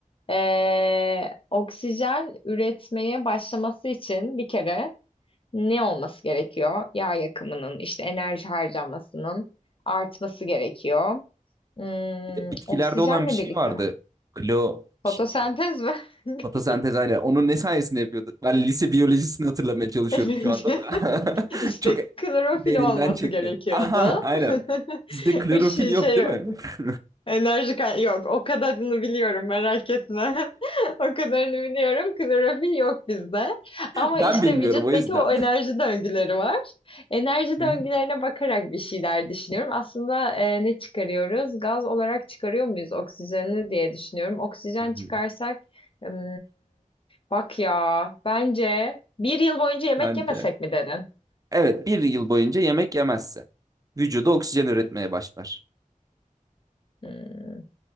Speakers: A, on the left (about 40°); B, on the right (about 25°).
A: Ee, oksijen üretmeye başlaması için bir kere ne olması gerekiyor? Yağ yakımının, işte enerji harcamasının artması gerekiyor. Hmm,
B: Bir de bitkilerde
A: oksijenle
B: olan bir şey
A: birlikte
B: vardı.
A: mi?
B: Klo
A: Fotosentez
B: bir şey. bir şey.
A: mi? <laughs>
B: Fotosentez aynen. Onun ne sayesinde yapıyordu? Ben lise biyolojisini hatırlamaya çalışıyorum
A: Bence
B: şu anda da.
A: işte
B: <laughs> Çok
A: klorofil
B: derinden
A: olması
B: çektim.
A: gerekiyordu.
B: Aha aynen. Bizde
A: <laughs>
B: klorofil
A: Işığı
B: yok
A: şey
B: değil mi? <laughs>
A: Enerji kay- yok. O kadarını biliyorum merak etme. <laughs> O kadarını biliyorum. Klorofil yok bizde. Ama
B: Ben
A: işte
B: bilmiyorum
A: vücuttaki
B: o yüzden.
A: o enerji döngüleri var. Enerji
B: Hı
A: döngülerine
B: hı.
A: bakarak bir şeyler düşünüyorum. Aslında e, ne çıkarıyoruz? Gaz olarak çıkarıyor muyuz oksijeni diye düşünüyorum. Oksijen
B: Hı hı.
A: çıkarsak hmm, bak ya bence bir yıl boyunca yemek
B: Sence?
A: yemesek mi dedin?
B: Evet bir yıl boyunca yemek yemezse vücuda oksijen üretmeye başlar.
A: Hmm.